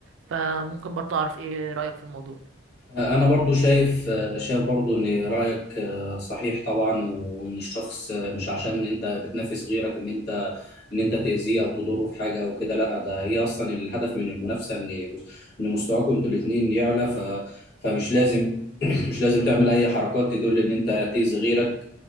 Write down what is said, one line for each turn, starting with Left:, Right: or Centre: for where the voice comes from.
Right: فممكن برضه اعرف ايه رأيك في الموضوع
Left: أنا برضو شايف شايف برضو إن رأيك صحيح طبعا وإن الشخص مش عشان أنت بتنافس غيرك إن أنت إن أنت تأذيه أو تضره في حاجة أو كده لا ده هي أصلا الهدف من المنافسة إن إن مستواكم أنتوا الاتنين يعلى ف فمش لازم <clears throat> مش لازم تعمل أي حركات تدل إن أنت تأذي غيرك